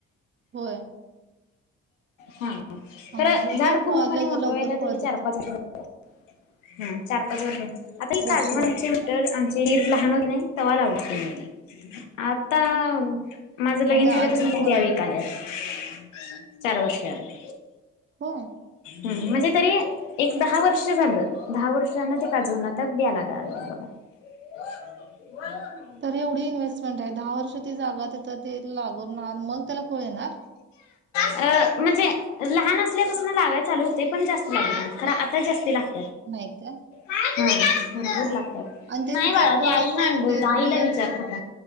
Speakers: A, on the right; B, on the left.
A: होय.
B: हा खर
A: हा हो
B: झाड
A: ते
B: पूर्णपणे
A: फळ
B: मोठं
A: लवकर
B: व्हायला
A: फळ
B: तरी
A: देते
B: चार पाच <unintelligible> हं चार पाच वर्ष आता ही काजवांचे
A: वर्ष जातात का
B: आमचे दीर लहान होते की नाय तवा लावलेत त्यांनी ते आता माझं लगीन
A: मग
B: झाल्यापासन
A: अजून फळ
B: ब्या
A: देते
B: विकाल्यात चार वर्ष झाली
A: हो.
B: हम्म म्हणजे तरी एक दहा वर्ष झालं दहा वर्षना ते काजवून आता ब्या लागावला बघा. <unintelligible>
A: तर एवढी इन्व्हेस्टमेंट आहे. दहा वर्ष ती जागा तिथं ते लागवू नॉर्मल त्याला फळ येणार
B: अ म्हणजे <unintelligible> लहान असल्यापासून लागाय चालू होते. पण जास्त लागल नाही खर आता जास्ती लाग
A: नाही का?
B: हो बरोबर लागतात
A: आणि त्याचे
B: नाही. बाळा
A: फळ
B: ते आई
A: असे
B: ना आणली
A: बि
B: होती आईला
A: बियाच्या
B: विचार कुठ